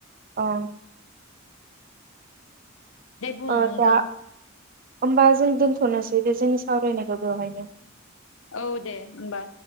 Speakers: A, on the right; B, on the left.
A: ओ
B: दे बुं
A: ओ
B: नोंथां
A: दा होमबा जों दोन्थ'नोसै दे जोंनि सावरायनायखौ बेवहायनो
B: औ दे होनबा